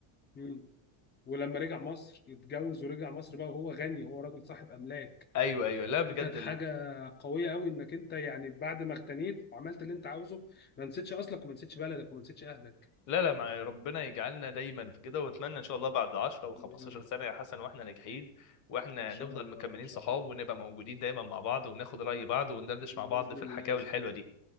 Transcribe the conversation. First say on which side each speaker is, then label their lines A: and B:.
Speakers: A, on the left (about 20°); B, on the left (about 35°).
A: مم. ولما رجع مصر اتجوز ورجع مصر بقى وهو غني هو راجل صاحب املاك
B: ايوه ايوه لا بجد
A: دي كانت حاجه قويه قوي انك انت يعني بعد ما اغتنيت وعملت اللي انت عاوزه ما نسيتش اصلك وما نسيتش بلدك وما نسيتش اهلك
B: لا لا مع ربنا يجعلنا دايما في كده واتمنى ان شاء الله بعد 10 او 15
A: يا رب
B: سنه يا حسن واحنا ناجحين واحنا
A: ان شاء
B: نفضل
A: الله
B: مكملين
A: ان شاء
B: صحاب
A: الله
B: ونبقى موجودين دايما مع بعض وناخد راي بعض وندردش
A: بإذن
B: مع بعض في
A: الله
B: الحكاوي
A: يا صديقي
B: الحلوه دي